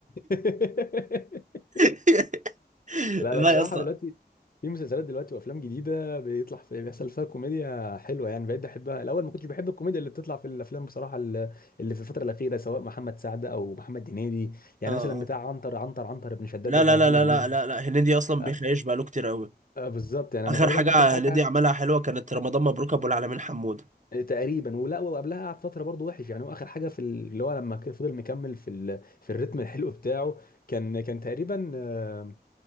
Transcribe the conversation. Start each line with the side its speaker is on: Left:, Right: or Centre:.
Left: <laughs>
Right: <laughs>
Left: لا
Right: لا
Left: لا بصراحة
Right: يا اسطى
Left: دلوقتي في مسلسلات دلوقتي وافلام جديدة بيطلع في بيحصل فيها كوميديا حلوة يعني بقيت بحبها الاول ما كنتش بحب الكوميديا اللي بتطلع في الافلام بصراحة ال- اللي في الفترة الأخيرة سواء محمد سعد او محمد هنيدي يعني
Right: اه آه.
Left: مثلا بتاع عنتر عنتر عنتر بن شداد
Right: لا
Left: ده بتاع
Right: لا
Left: محمد
Right: لا لا لا
Left: هنيدي
Right: لا لا هنيدي اصلا
Left: آه،
Right: بيخيش بقاله كتير قوي
Left: آه، بالظبط يعني
Right: اخر
Left: انا تقريبا
Right: حاجه
Left: اخر حاجة
Right: هنيدي عملها حلوه كانت رمضان مبروك ابو العالمين حمود
Left: تقريبا ولا وقبلها قعد فترة برضه وحش يعني هو اخر حاجة في ال- اللي هو لما كان فضل مكمل في ال... في الريتم الحلو بتاعه كان كان تقريبا آه،